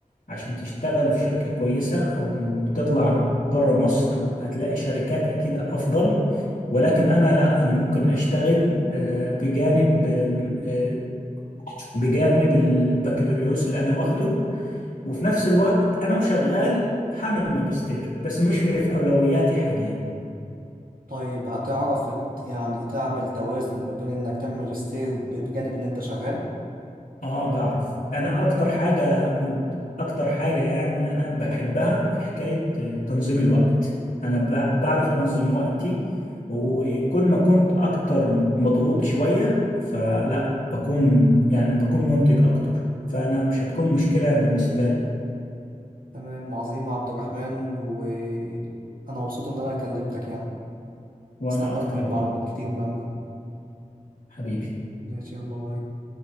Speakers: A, on the left (about 80°); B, on the right (about 85°).
A: عشان تشتغل في شركة كويسة او تطلع بره مصر هتلاقي شركات اكيد افضل ولكن انا لا انا ممكن اشتغل آه، بجانب آه، بجانب البكالوريوس اللي انا واخده وفي نفس الوقت انا وشغال هعمل ماجستير بس مش في في اولوياتي حاليا
B: طيب هتعرف ت- يعني تعمل توازن ما بين انك تعمل ماجستير ب- بجانب ان انت شغال
A: اه بعرف انا اكتر حاجة مد... اكتر حاجة يعني انا بحبها حكاية تنظيم الوقت انا ب... بعرف انظم وقتي وكل ما كنت اكتر مضغوط شوية فلا بكون يعني بكون منتج اكتر فانا مش هتكون مشكلة بالنسبة لي
B: تمام عظيم عبد الرحمن وأنا مبسوط إن أنا كلمتك يعني
A: وانا
B: استفدت
A: اكتر
B: من
A: والله
B: معلومات كتير من عندك
A: حبيبي
B: ماشي يلا باي